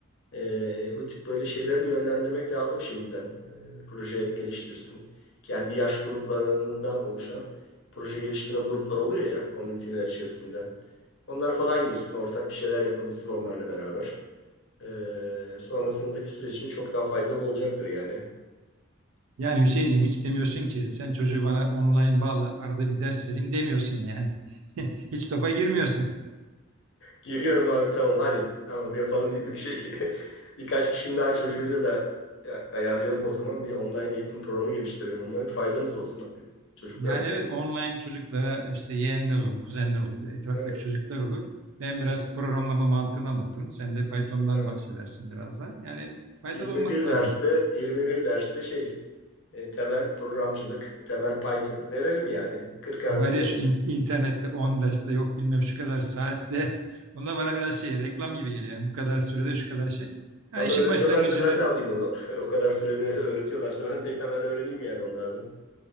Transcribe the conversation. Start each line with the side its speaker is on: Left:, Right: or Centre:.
Left: e, bu tip böyle şeyleri de yönlendirmek lazım şimdiden. E, proje geliştirsin. Kendi yaş gruplarından oluşan proje geliştirme grupları oluyor ya komüniteler içerisinde. Onlara falan girsin, ortak bir şeyler yapabilsin onlarla beraber. E, sonrasındaki süreç için çok daha faydalı olacaktır yani.
Right: Yani Hüseyin'cim hiç demiyorsun ki sen çocuğu bana online bağla arada bir ders vereyim demiyorsun yani. <laughs> Hiç topa girmiyorsun.
Left: Geliyorum abi tamam hadi. Tamam yapalım bir şey. <laughs> Birkaç kişinin daha çocuğuyla da ya- ayarlayalım o zaman. Bir online eğitim programı geliştirelim. Onlara bir faydamız olsun çocuklarımıza.
Right: Yani evet online çocuklara işte yeğenler olur, kuzenler olur, etraftaki
Left: Evet
Right: çocuklar olur. Ben biraz programlama mantığını anlatırım. Sen de Python'dan
Left: tamam.
Right: bahsedersin biraz da. Yani faydalı
Left: Yirmi
Right: olmak
Left: bir
Right: lazım.
Left: derste 21 derste şey e, temel programcılık, temel Python verelim yani. 40'ar
Right: Var
Left: dakika.
Right: ya şu in- internette 10 derste yok bilmem şu kadar saatte. Onlar bana biraz şey reklam gibi geliyor. Yani bu kadar sürede şu kadar şey. Ya
Left: Valla
Right: işin
Left: öğretiyorlarsa
Right: başlangıcını
Left: ben de alayım onu. <laughs> O kadar sürede öğretiyorlarsa ben de hemen öğreneyim yani onlardan.